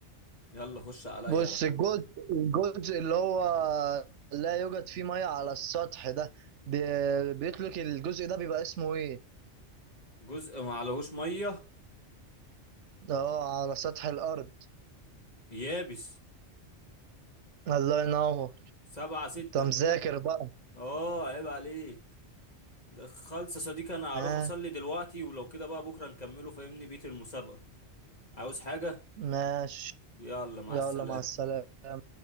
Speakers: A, on the left (about 35°); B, on the right (about 80°).
A: يلا خش عليا
B: بص
A: على طول
B: الجزء الجزء اللي هو لا يوجد فيه ميه على السطح ده بي- بيطلق الجزء ده بيبقى اسمه ايه
A: جزء ما عليهوش مية
B: اه على سطح الارض
A: يابس
B: الله ينور
A: سبعة ستة
B: انت مذاكر
A: هوب
B: بقى
A: اه عيب عليك ده خالص يا صديقي انا
B: ماشي
A: هروح اصلي دلوقتي ولو كده بقى بكرة نكمله فاهمني بيت المسابقة عاوز حاجة
B: ماشي
A: يلا مع
B: يلا
A: السلامة
B: مع السلامة